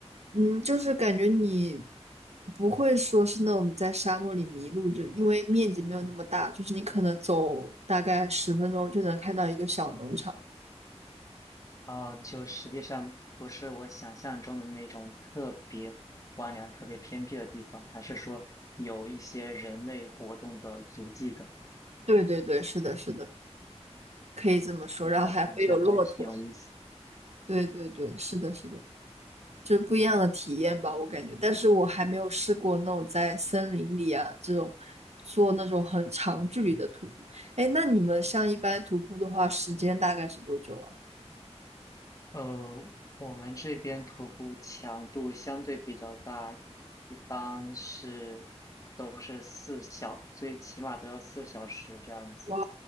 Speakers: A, on the right; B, on the left.
A: 嗯，就是感觉你不会说是那种在沙漠里迷路，就因为面积没有那么大，就是你可能走大概十分钟就能看到一个小农场。
B: 哦，就实际上不是我想象中的那种特别荒凉、特别偏僻的地方，还是说有一些人类活动的足迹的？
A: 对对对，是的，是的，可以这么说。
B: 哦，
A: 然后还会有骆驼，
B: 那感觉还挺有意思。
A: 对对对，是的，是的，就是不一样的体验吧，我感觉。但是我还没有试过那种在森林里啊这种做那种很长距离的徒步。哎，那你们像一般徒步的话，时间大概是多久啊？
B: 呃，我们这边徒步强度相对比较大，一般是都是四小，最起码都要四小时这样子。
A: 哇，